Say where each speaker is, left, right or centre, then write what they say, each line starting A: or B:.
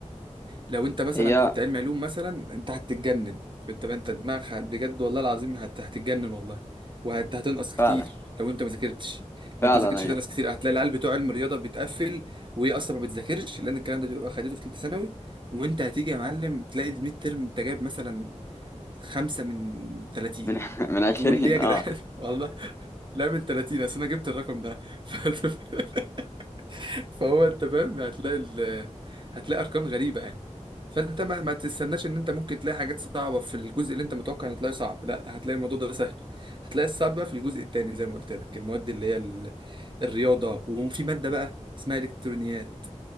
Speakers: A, on the right; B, on the left.
A: لو انت مثلا
B: هي
A: كنت علم علوم مثلا انت هتتجنن فانت انت دماغك هت- بجد والله العظيم هت... هتتجنن والله وهتنقص كتير
B: فعلا
A: لو انت ما ذاكرتش
B: فعلا
A: لو انت ما ذاكرتش
B: أيوه
A: هتنقص كتير هتلاقي العيال بتوع علم الرياضه بتقفل وهي اصلا ما بتذاكرش لان الكلام ده بيبقى خدته في ثالثه ثانوي وانت هتيجي يا معلم تلاقي الميد ترم انت جايب مثلا خمسة من 30
B: من <laughs> من عشرين
A: تقول ليه يا جدعان
B: اه
A: <laughs> والله لا من 30 اصل انا جبت الرقم ده <laughs> فهو انت فاهم هتلاقي ال... هتلاقي ارقام غريبه يعني فانت ما, ما تستناش ان انت ممكن تلاقي حاجات صعبه في الجزء اللي انت متوقع ان تلاقيه صعب لا هتلاقي الموضوع ده سهل هتلاقي الصعب بقى في الجزء التاني زي ما قلت لك المواد اللي هي ال... الرياضه وفي ماده بقى اسمها الكترونيات